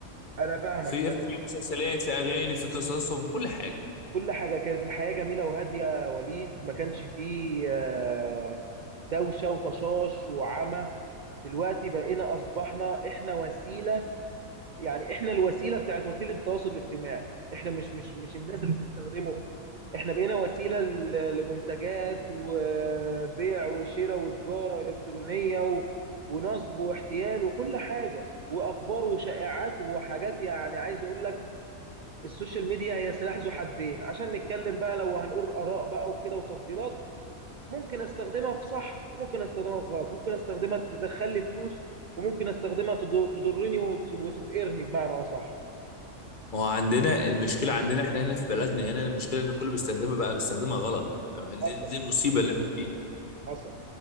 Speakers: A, on the right; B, on the left.
A: انا فاهمك
B: في في مسلسلات في اغاني في قصصهم في كل حاجه
A: كل حاجة كانت الحياة جميلة وهادية يا وليد ما كانش فيه آه، دوشة وطشاش وعمى دلوقتي بقينا أصبحنا إحنا وسيلة يعني إحنا الوسيلة بتاعت وسيلة التواصل الاجتماعي إحنا مش مش مش الناس اللي بتستخدمه إحنا بقينا وسيلة ل- لمنتجات وبيع وشراء وتجارة إلكترونية و- ونصب واحتيال وكل حاجة وأخبار وشائعات وحاجات يعني عايز أقول لك السوشيال ميديا هي سلاح ذو حدين عشان نتكلم بقى لو هنقول آراء بقى وكده وتفضيلات ممكن استخدمها في صح وممكن استخدمها في غلط ممكن استخدمها تدخل لي فلوس وممكن استخدمها تض- تضرني وت- وتفقرني بمعنى اصح
B: ما هو عندنا المشكله عندنا احنا هنا في بلدنا هنا المشكله ان كله بيستخدمها بقى بيستخدمها غلط دي,
A: حصل
B: دي المصيبه اللي احنا فيها
A: حصل